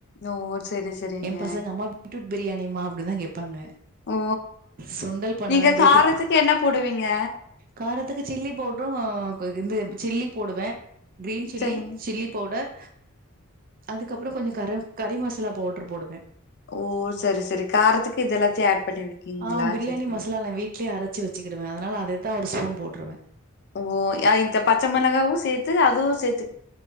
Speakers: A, on the left (about 50°); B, on the right (about 40°).
A: ஓ செரி செரிங்க
B: எம் பசங்க அம்மா பீட்ரூட் பிரியாணிமா அப்டிதா கேப்பாங்க
A: ஓ
B: சுண்டல் பண்ணுவே
A: நீங்க
B: பீட்ரூட்
A: காரத்துக்கு என்ன போடுவீங்க
B: காரத்துக்கு சில்லி பௌவ்ட்ரு அ கு இது சில்லி போடுவே க்ரீன் சில்லி
A: செரிங்க
B: சில்லி பௌவ்டர் அதுக்கப்றோ கொஞ்சொ கர கறி மசாலா பௌவ்ட்ரு போடுவே
A: ஓ சரி சரி காரத்துக்கு இதெல்லாத்தையு ஆட் பண்ணிருக்கீங்களா
B: ஆ பிரியாணி
A: செரி செரி
B: மசாலா நா வீட்லயே அரச்சி வச்சுகிடுவ அதனால அத த்தா ஒரு ஸ்பூன் போட்ருவே
A: ஓ ய இந்த பச்ச மெளகாவு சேத்து அதுவு சேத்து